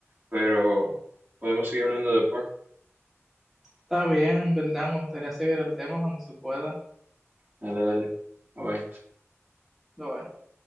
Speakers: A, on the right (about 45°); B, in the centre.
A: Pero podemos seguir hablando después.
B: Está bien, en verdad, me gustaría seguir el tema cuando se pueda.
A: Dale, dale. Bye bye.
B: Lo veo.